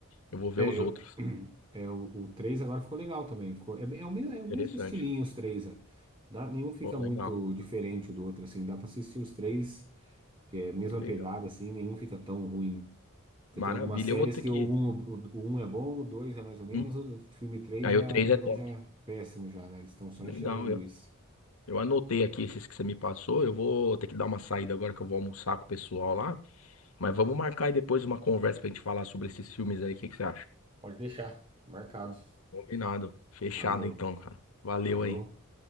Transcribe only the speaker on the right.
É,
eu,
<clears throat> é o, o 3 agora ficou legal também. Ficou, é, é o mesmo, é o mesmo
estilinho os três. É. Dá- nenhum fica
muito diferente do outro, assim. Dá pra assistir os três, que é a mesma
pegada, assim, nenhum fica tão ruim. Porque
tem algumas séries
que
o um, o, um é bom, o 2 é mais ou menos,
o filme 3
já,
a turma
já é péssimo já, né? Eles estão só
enchendo linguiça.
Pode deixar, marcado.
Valeu.
Falou.